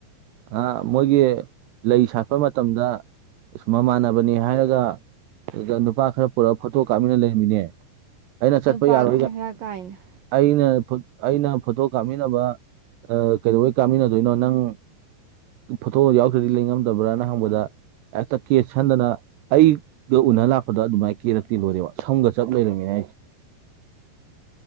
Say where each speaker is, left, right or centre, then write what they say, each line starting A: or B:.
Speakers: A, on the right; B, on the right.
A: ꯑ ꯃꯣꯏꯒꯤ ꯂꯩ ꯁꯥꯠꯄ ꯃꯇꯝꯗ ꯏꯁ ꯃꯃꯥꯟꯅꯕꯅꯤ ꯍꯥꯏꯔꯒ ꯑꯗꯨꯗ ꯅꯨꯄꯥ ꯈꯔ ꯄꯨꯔꯛ ꯐꯣꯇꯣ ꯀꯥꯞꯃꯤꯟꯅ ꯂꯩꯔꯝꯃꯤꯅꯦ ꯑꯩꯅ ꯆꯠꯄ
B: ꯅꯨꯄꯥ
A: ꯌꯥꯔꯣꯏꯒ
B: ꯈꯔ ꯀꯥꯏꯅ
A: ꯑꯩꯅ ꯐꫭꯠ ꯑꯩꯅ ꯐꯣꯇꯣ ꯀꯥꯞꯃꯤꯟꯅꯕ ꯀꯩꯗꯧꯕꯩ ꯀꯥꯞꯃꯤꯟꯅꯗꯣꯏꯅꯣ ꯅꯪ ꯐꯣꯇꯣ ꯌꯥꯎꯗ꯭ꯔꯗꯤ ꯂꯩꯉꯝꯗꯕ꯭ꯔꯅ ꯍꯪꯕꯗ ꯍꯦꯛꯇ ꯀꯦꯁꯟꯗꯅ ꯑꯩꯒ ꯎꯅ ꯂꯥꯛꯄꯗ ꯑꯗꯨꯃꯥꯏꯅ ꯀꯦꯔꯛꯇꯦ ꯂꯣꯏꯔꯦꯕ ꯁꯝꯒ ꯆꯞ ꯂꯩꯔꯝꯃꯤꯅꯦ ꯍꯥꯏꯁꯦ꯫